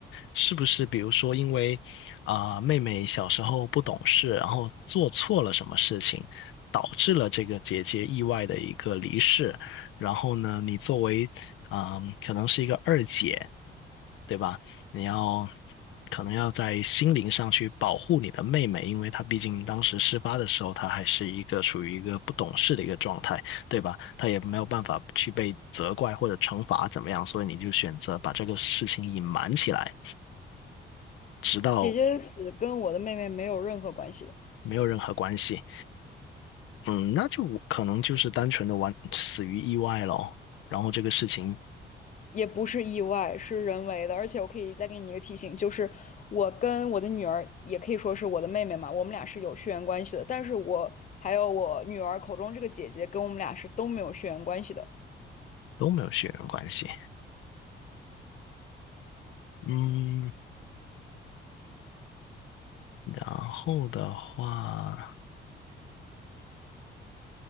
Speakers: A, on the left; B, on the left.
A: 是不是？比如说因为啊、妹妹小时候不懂事，然后做错了什么事情，导致了这个姐姐意外的一个离世，然后呢，你作为啊、可能是一个二姐。对吧？你要可能要在心灵上去保护你的妹妹，因为她毕竟当时事发的时候，她还是一个处于一个不懂事的一个状态，对吧？她也没有办法去被责怪或者惩罚怎么样，所以你就选择把这个事情隐瞒起来，直到
B: 姐姐的死跟我的妹妹没有任何关系。
A: 没有任何关系。嗯，那就可能就是单纯的完死于意外咯，然后这个事情
B: 也不是意外，是人为的。而且我可以再给你一个提醒，就是我跟我的女儿，也可以说是我的妹妹嘛，我们俩是有血缘关系的。但是我还有我女儿口中这个姐姐，跟我们俩是都没有血缘关系的。
A: 都没有血缘关系。嗯，然后的话。